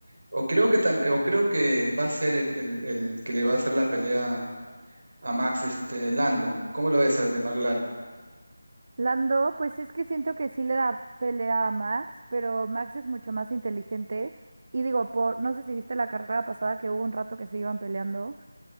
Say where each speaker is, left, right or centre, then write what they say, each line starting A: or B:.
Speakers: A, on the right; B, on the right.
A: o creo que tam- o creo que va a ser el, el- el que le va a hacer la pelea a Max, este, Landon. ¿Cómo lo ves al de Mark
B: Lando, pues es que siento que sí le da pelea a Max, pero Max es mucho más inteligente. Y digo, por, no sé si viste la carrera pasada que hubo un rato que se iban peleando